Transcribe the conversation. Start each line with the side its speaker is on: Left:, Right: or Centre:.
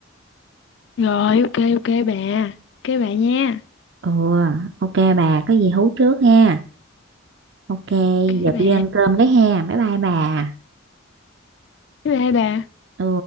Left: Rồi ok ok bà. Ok bà nha.
Right: Ừ, ok bà, có gì hú trước ha. Ok,
Left: Ok
Right: giờ
Left: bà.
Right: tôi đi ăn cơm cái ha. Bye bye bà.
Left: Bye bye bà.
Right: Ừ.